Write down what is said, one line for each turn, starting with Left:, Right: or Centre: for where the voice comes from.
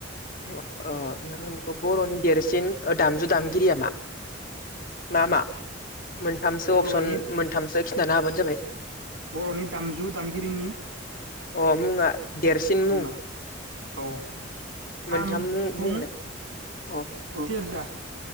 Left: नों बेखौ बर'नि देरसिन दामजु दामगिरिया मा मा मा मोनथामसो
Right: बर'नि
Left: अपसन मोनथामसो खिन्थानो हाबानो जाबाय
Right: बर'नि दामजु दामगिरिनि
Left: अ मुङा देरसिन
Right: मुङा
Left: मुं।
Right: औ खाम
Left: मोनथाम मुं
Right: सिफुं
Left: बुंलाय अ
Right: जेरजा